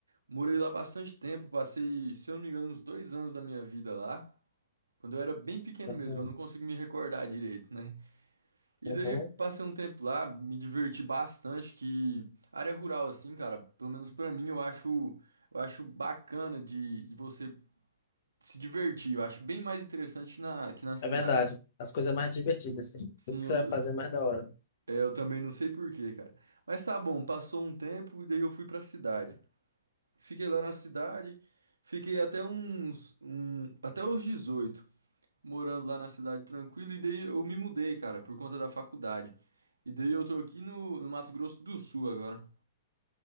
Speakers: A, on the right (about 85°); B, on the left (about 60°).
A: Morei lá bastante tempo, passei, se eu não me engano, uns dois anos da minha vida lá. Quando eu era bem pequeno
B: Uhum,
A: mesmo, eu não consigo me recordar direito, né? E
B: uhum.
A: daí passei um tempo lá, me diverti bastante, que área rural, assim, cara, pelo menos pra mim, eu acho, eu acho bacana de, de você se divertir. Eu acho bem mais interessante na, que na cidade.
B: É verdade. As coisas mais divertidas, assim.
A: Sim,
B: Tudo que
A: eu,
B: você vai fazer
A: eu
B: é mais da hora.
A: É, Eu também não sei por quê, cara. Mas tá bom, passou um tempo e daí eu fui pra cidade. Fiquei lá na cidade, fiquei até uns, um, até os 18, morando lá na cidade tranquilo, e daí eu me mudei, cara, por conta da faculdade. E daí eu tô aqui no, no Mato Grosso do Sul agora.